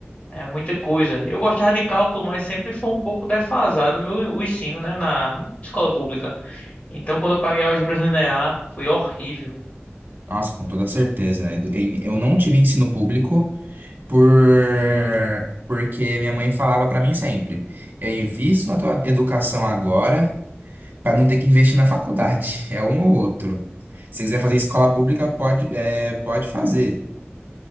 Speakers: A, on the left (about 35°); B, on the right (about 50°).
A: É muita coisa. Eu gostava de cálculo, mas sempre foi um pouco defasado o meu o ensino, né, na escola pública. Então, quando eu paguei álgebra linear, foi horrível
B: Nossa, com toda certeza. Edu- em- Eu não tive ensino público por porque minha mãe falava pra mim sempre: eu invisto na tua educação agora. Pra não ter que investir na faculdade. É um ou outro. Se quiser fazer escola pública, pode, é, pode fazer.